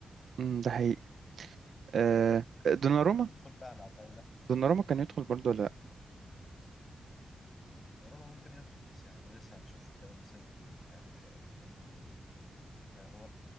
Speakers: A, on the right; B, on the left.
A: مم، ده حقيقي آه دوناروما
B: ندخل بقى على عتاولة
A: دوناروما كان يدخل برضه ولا لا
B: دوناروما ممكن يدخل بس يعني لسه هنشوف باقي مسيرته هيعمل فيها ايه يعني آه، هو